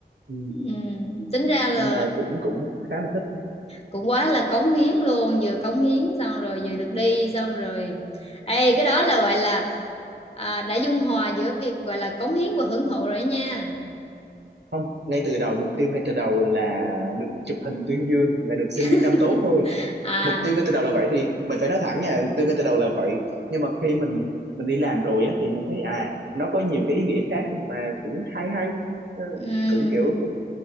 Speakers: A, on the right; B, on the left.
A: ừ.
B: Ừ. Tính ra là
A: nên là cũng cũng khá là thích
B: cũng quá là cống hiến luôn, vừa cống hiến xong rồi vừa được đi xong rồi. Ê, cái đó là gọi là à, đã dung hòa giữa việc gọi là cống hiến và hưởng thụ rồi đó nha.
A: không ngay từ đầu mục tiêu ngay từ đầu là được chụp hình tuyên dương là được sinh
B: <laughs>
A: viên năm tốt thôi
B: À,
A: mục tiêu ngay từ đầu là vậy thì mình phải nói thẳng nha mục tiêu ngay từ đầu là vậy nhưng mà khi mình mình đi làm rồi á thì mình thấy à nó có nhiều cái ý nghĩa khác mà cũng hay hay Ờ,
B: ừm,
A: cũng kiểu cũng